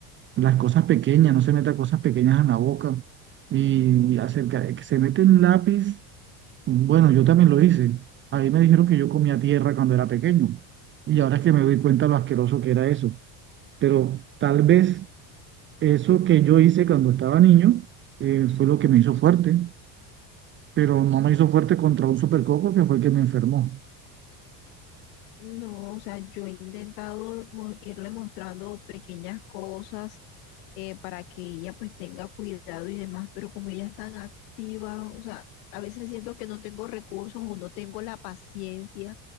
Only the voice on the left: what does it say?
No, o sea, yo he intentado mo- irle mostrando pequeñas cosas eh, para que ella pues tenga cuidado y demás, pero como ella es tan activa, o sea, a veces siento que no tengo recursos o no tengo la paciencia,